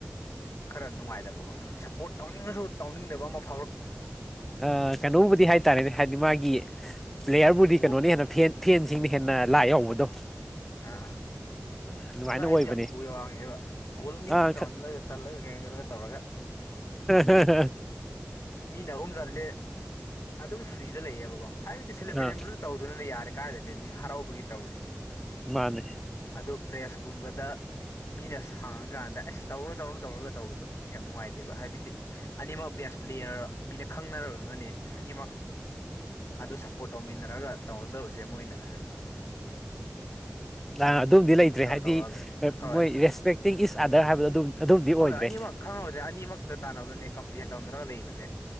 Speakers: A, on the left (about 85°); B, in the centre.
A: ꯈꯔ ꯅꯨꯡꯉꯥꯏꯗꯕꯀꯣ ꯁꯞꯄꯣꯔꯠ ꯇꯧꯅꯤꯡꯉꯁꯨ ꯇꯧꯅꯤꯡꯗꯕ ꯑꯃ ꯐꯥꯎꯔꯛꯄ
B: ꯑ ꯀꯩꯅꯣꯕꯨꯗꯤ ꯍꯥꯏꯇꯥꯔꯦꯅꯦ ꯍꯥꯏꯗꯤ ꯃꯥꯒꯤ ꯄ꯭ꯂꯦꯌꯥꯔꯕꯨꯗꯤ
A: ꯏꯒꯣ
B: ꯀꯩꯅꯣꯅꯤ ꯍꯦꯟꯅ ꯐ ꯐꯦꯟ ꯁꯤꯡꯅ ꯍꯦꯟꯅ ꯂꯥꯏ ꯌꯥꯎꯕꯗꯣ
A: ꯑ
B: ꯑꯗꯨꯃꯥꯏꯅ
A: ꯃꯁꯥꯒꯤꯁꯨ
B: ꯑꯣꯏꯕꯅꯦ
A: ꯌꯥꯝ ꯏꯒꯣ ꯋꯥꯡꯉꯦꯕ ꯒꯣꯜ ꯑꯅꯤꯃꯛꯛ
B: ꯑꯥ
A: ꯆꯍꯜꯂꯒ ꯆꯠꯂꯒ ꯀꯩꯅꯣ ꯀꯩꯅꯣꯒ ꯇꯧꯔꯒ
B: ꯍ ꯍ ꯍ
A: ꯃꯤꯅ ꯑꯍꯨꯝ ꯆꯜꯂꯦ ꯑꯗꯨꯝ ꯐ꯭ꯔꯤꯗ ꯂꯩꯌꯦꯕꯀꯣ ꯍꯥꯏꯕꯗꯤ ꯁꯦꯂꯦꯕ꯭ꯔꯦꯁꯟꯗꯨꯁꯨ
B: ꯑꯥ
A: ꯇꯧꯔꯁꯅꯨ ꯌꯥꯔꯦ ꯀꯥꯏꯗꯦꯅꯦ ꯍꯔꯥꯎꯕꯒꯤ ꯇꯧꯔꯤꯅꯦ
B: ꯃꯥꯅꯦ
A: ꯑꯗꯣ ꯄ꯭ꯔꯦꯁꯀꯨꯝꯕꯗ ꯃꯤꯅ ꯍꯥꯡꯉꯀꯥꯟꯗ ꯑꯁ ꯇꯧꯔꯨꯔꯨ ꯇꯧꯔꯨ ꯇꯧꯔꯒ ꯇꯧꯕꯗꯣ ꯇꯪꯗꯦ ꯌꯥꯝ ꯅꯨꯡꯉꯥꯏꯇꯦꯕ ꯍꯥꯏꯕꯗꯤ ꯑꯅꯤꯃꯛ ꯕꯦꯁ ꯄ꯭ꯂꯦꯌꯔ ꯃꯤꯅ ꯈꯪꯅꯔꯕꯕꯅꯦ ꯑꯅꯤꯃꯛ ꯑꯗꯨ ꯁꯞꯄꯣꯔꯠ ꯇꯧꯃꯤꯟꯅꯔꯒ ꯇꯧꯒꯗꯕꯁꯦ ꯃꯣꯏꯅ
B: ꯑ ꯑꯗꯨꯝꯗꯤ ꯂꯩꯇ꯭ꯔꯦ
A: ꯇꯧꯔ
B: ꯍꯥꯏꯗꯤ
A: ꯇꯧꯔ ꯂꯩ ꯍꯣꯏ
B: ꯃꯣꯏ ꯔꯦꯁꯄꯦꯛꯇꯤꯡ ꯏꯁ ꯑꯥꯗꯔ ꯍꯥꯏꯕꯗꯣ ꯑꯗꯨꯝ ꯑꯗꯨꯝꯗꯤ ꯑꯣꯏꯗ꯭ꯔꯦ
A: ꯍꯣꯏ ꯑꯅꯤꯃꯛ ꯈꯪꯉꯕꯅꯦ ꯑꯅꯤꯃꯛꯇ ꯇꯥꯟꯅꯕꯅꯦ ꯀꯝꯄ꯭ꯂꯦꯟ ꯇꯧꯅꯔꯒ ꯂꯩꯕꯅꯦ